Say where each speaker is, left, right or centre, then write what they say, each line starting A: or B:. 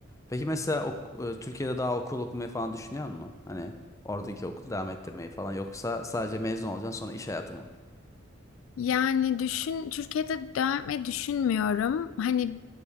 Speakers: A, on the left; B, on the left.
A: Peki mesela ok- e, Türkiye'de daha okul okumayı falan düşünüyor musun? Hani oradaki okul devam ettirmeyi falan yoksa sadece mezun olacaksın sonra iş hayatı mı?
B: Yani düşün Türkiye'de devam etmeyi düşünmüyorum. Hani